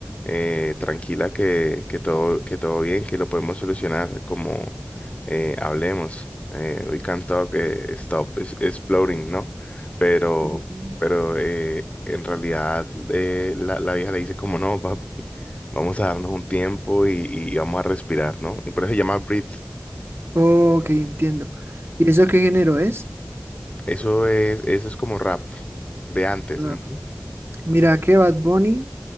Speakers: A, on the left; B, on the right.
A: eh, tranquila que, que todo, que todo bien, que lo podemos solucionar, como eh, hablemos. Eh, we can talk, eh, stop es- exploring, ¿no? Pero,
B: Mm,
A: pero eh, en realidad eh, la, la vieja le dice como, no, papi, vamos a darnos un tiempo y, y y vamos a respirar, ¿no? Y por eso se llama Breathe.
B: Ok, entiendo. ¿Y eso qué género es?
A: Eso es, eso es como rap de antes.
B: Rap.
A: ujú.
B: Mira que Bad Bunny